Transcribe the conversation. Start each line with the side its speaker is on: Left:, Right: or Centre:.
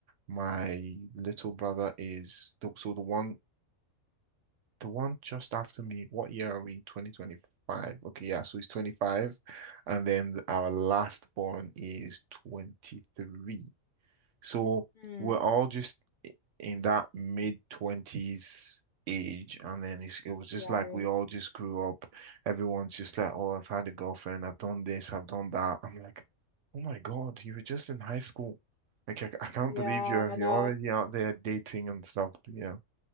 Right: my little brother is the- so the one the one just after me. What year are we? 2025. Okay, yeah, so he's 25. And then our last born is 23. So
Left: Mm.
Right: we're all just in that mid 20s age and then it's, it was just
Left: Yeah.
Right: like
Left: Range.
Right: we all just grew up everyone's just like oh I've had a girlfriend I've done this I've done that I'm like oh my God you were just in high school like I, I can't
Left: Yeah.
Right: believe you're you're
Left: No.
Right: already out there dating and stuff yeah